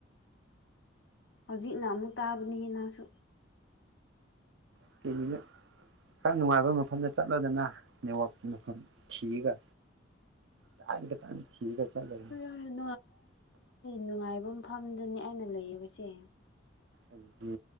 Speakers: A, on the left; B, on the right.
A: ꯍꯧꯖꯤꯛꯅ ꯑꯃꯨꯛ ꯇꯥꯕꯅꯤꯍꯦ ꯅꯪꯁꯨ
B: <unintelligible> ꯈꯔ ꯅꯨꯡꯉꯥꯏꯕ ꯃꯐꯝꯗ ꯆꯠꯂꯣꯗꯅ ꯅꯦꯠꯋꯥꯛ ꯃꯐꯝ ꯊꯤꯔꯒ <unintelligible>
A: <unintelligible> ꯅꯨꯡꯉꯥꯏꯕ ꯃꯐꯝꯗꯅꯦ ꯑꯩꯅ ꯂꯩꯔꯤꯕꯁꯦ
B: ꯑꯗꯨꯗꯤ